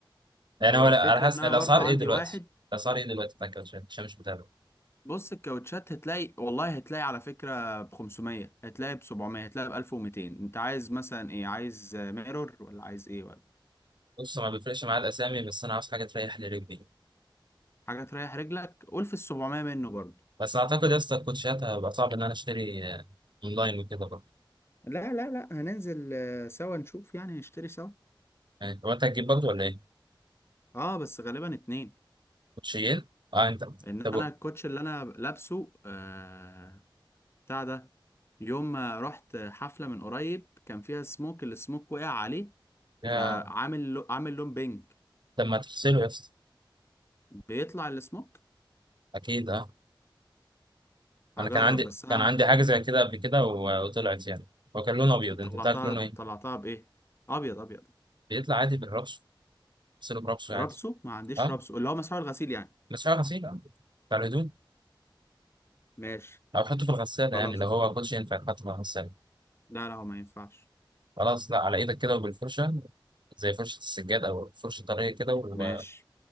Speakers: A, on the right; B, on the left.
A: يعني
B: هو
A: هو لا،
B: الفكرة
A: على حسب
B: ان انا
A: الاسعار
B: برضو عندي
A: ايه دلوقتي؟
B: واحد
A: الاسعار ايه دلوقتي بتاع كاوتشات عشان مش متابع
B: بص الكاوتشات هتلاقي والله هتلاقي على فكرة ب 500 هتلاقي ب 700 هتلاقي ب 1200 انت عايز مثلا ايه عايز آه، ميرور ولا عايز ايه ولا
A: بص ما بيفرقش معايا الاسامي بس انا عاوز حاجه تريح لي رجلي
B: حاجة تريح رجلك قول في ال 700 منه برضو
A: بس اعتقد يا اسطى الكوتشيات هيبقى صعب ان انا اشتري آه، اونلاين وكده برضه
B: لا لا لا هننزل آه، سوا نشوف يعني نشتري سوا
A: يعني هو انت هتجيب برضه ولا ايه؟
B: اه بس غالبا اتنين
A: كوتشيين؟ اه انت
B: ان
A: طب
B: انا الكوتش اللي انا لابسه آه بتاع ده يوم ما رحت حفلة من قريب كان فيها سموك السموك وقع عليه
A: يا
B: فعامل لو- عامل لون بينك
A: طب ما تغسله يا اسطى
B: بيطلع السموك
A: اكيد اه انا
B: هجرب
A: كان عندي
B: بس انا
A: كان عندي حاجه زي كده قبل كده و- وطلعت يعني هو كان لونه ابيض انت
B: طلعتها
A: بتاعك لونه
B: طلعتها
A: ايه؟
B: بايه ابيض ابيض
A: بيطلع عادي بالرش غسله برشه
B: رابسه
A: عادي
B: ما عنديش
A: اه
B: رابسه اللي هو مسحوق الغسيل يعني
A: بس هو غسيل اه بتاع الهدوم
B: ماشي
A: او حطه في الغساله
B: خلاص
A: يعني لو هو كوتشي ينفع يتحط في الغساله
B: لا لا هو ما ينفعش
A: خلاص لا على ايدك كده وبالفرشه زي فرشه السجاد او فرشه طريه كده و-
B: ماشي